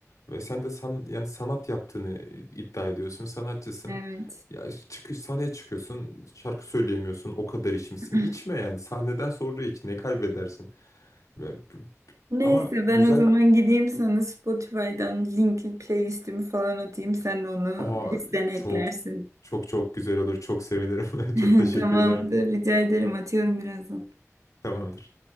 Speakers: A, on the left (about 85°); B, on the right (about 75°).
A: Ve sen de san, yani sanat yaptığını e, iddia ediyorsun, sanatçısın.
B: Evet.
A: Ya çıkış sahneye çıkıyorsun, şarkı söyleyemiyorsun, o kadar içmişsin.
B: <laughs>
A: İçme yani. Sahneden sonra iç, ne kaybedersin? Ve-
B: Neyse
A: Ama güzel,
B: ben o zaman gideyim sana Spotify'dan linkli playlistimi falan atayım. Sen de onu
A: aa
B: listene
A: çok
B: eklersin.
A: çok çok güzel olur. Çok sevinirim.
B: <laughs>
A: <laughs> Çok teşekkür
B: Tamamdır.
A: ederim.
B: Rica ederim. Atıyorum birazdan.
A: Tamamdır.